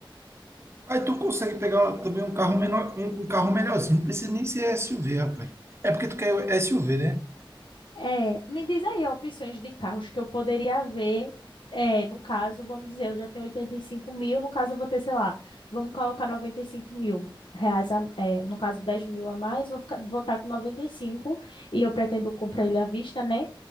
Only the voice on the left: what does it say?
É, me diz aí opções de carros que eu poderia ver. É, no caso, vamos dizer, eu já tenho 85 mil, no caso eu vou ter, sei lá, vamos colocar 95 mil reais, a- é, no caso 10 mil a mais, vou ficar, vou estar com 95 e eu pretendo comprar ele à vista, né?